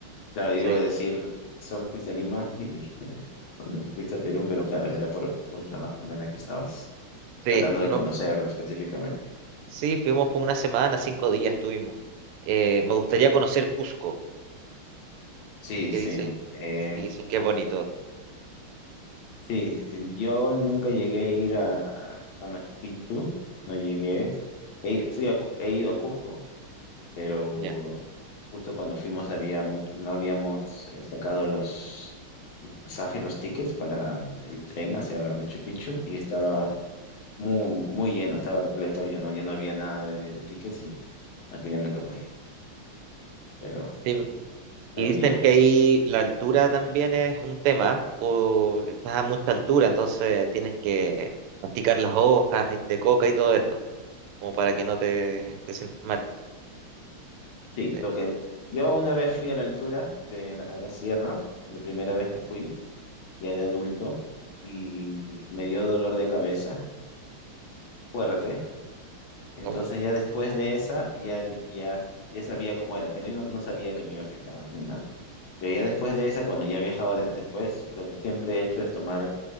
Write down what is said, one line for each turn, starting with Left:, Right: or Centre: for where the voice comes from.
Left: claro, iba
Right: Sí,
Left: a decir, solo fuiste a Lima y <laughs> cuando fuiste a Perú, pero claro, era por, por trabajo, no era que estabas
Right: sí,
Left: tratando de
Right: no,
Left: conocer específicamente.
Right: sí, fuimos como una semana, cinco días estuvimos. Eh, me gustaría conocer Cusco,
Left: Sí,
Right: que
Left: sí.
Right: dicen,
Left: Sí, eh,
Right: que dicen que es bonito.
Left: sí, yo nunca llegué a ir a, a Machu Picchu, no llegué. He, fui a Cu- he ido a Cusco, pero
Right: Ya.
Left: justo cuando fuimos había mu- no habíamos eh, sacado los pasajes, los tickets para el tren hacia Machu Picchu y estaba muy, muy lleno, estaba repleto, ya no, ya no había nada de, de tickets y al final nunca fui, pero
Right: Sí, Y
Left: algún
Right: dicen
Left: día.
Right: que ahí la altura también es un tema, porque estás a mucha altura, entonces tienes que masticar las hojas y- de coca y todo esto, como para que no te, te sientas mal.
Left: Sí,
Right: Sí.
Left: lo que yo una vez fui a la altura de la, a la sierra, la primera vez que fui, ya de adulto, y me dio dolor de cabeza fuerte, entonces
Right: Oh.
Left: ya después de esa ya, ya, ya sabía cómo era, que no, yo no no sabía que me iba a afectar ni nada. Pero ya después de esa, cuando ya he viajado de- después, lo que siempre he hecho es tomar,